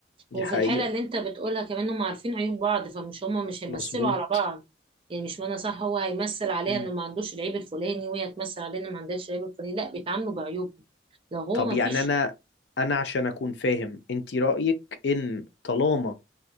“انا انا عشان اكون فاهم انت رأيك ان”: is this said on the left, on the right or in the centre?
Left